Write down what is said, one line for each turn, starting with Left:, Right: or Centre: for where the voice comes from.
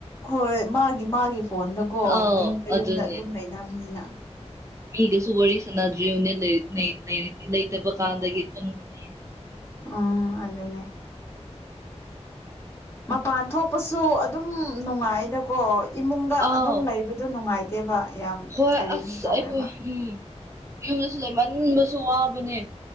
Left: ꯍꯣꯏ ꯃꯥꯒꯤ ꯃꯥꯒꯤ ꯐꯣꯟꯗꯀꯣ
Right: ꯑꯥꯎ
Left: ꯃꯌꯨꯝ ꯃꯌꯨꯝꯗ
Right: ꯑꯗꯨꯅꯦ
Left: ꯑꯗꯨꯝ ꯂꯩꯅꯕꯅꯤꯅ
Right: ꯃꯤꯒꯁꯨ ꯋꯥꯔꯤ ꯁꯥꯟꯅꯗ꯭ꯔꯤꯕꯅꯦ ꯅꯏꯔꯤꯛ ꯂꯥꯏꯔꯤꯛꯇꯤ ꯂꯩꯇꯕ ꯀꯥꯟꯗꯒꯤ ꯄꯨꯟꯕꯅꯦ
Left: ꯎꯝ ꯑꯗꯨꯅꯦ ꯃꯄꯥꯟ ꯊꯣꯛꯄꯁꯨ ꯑꯗꯨꯝ ꯅꯨꯡꯉꯥꯏꯗꯀꯣ ꯏꯃꯨꯡꯗ
Right: ꯑꯥꯎ
Left: ꯑꯗꯨꯝ ꯂꯩꯕꯗꯨ ꯅꯨꯡꯉꯥꯏ ꯇꯦꯕ ꯌꯥꯝ
Right: ꯍꯣꯏ
Left: ꯀꯔꯤꯅꯣ
Right: ꯑꯁ
Left: ꯇꯧꯋꯦꯕ
Right: <unintelligible> ꯌꯨꯝꯗꯁꯨ ꯂꯩꯃꯟꯕꯁꯨ ꯋꯥꯕꯅꯦ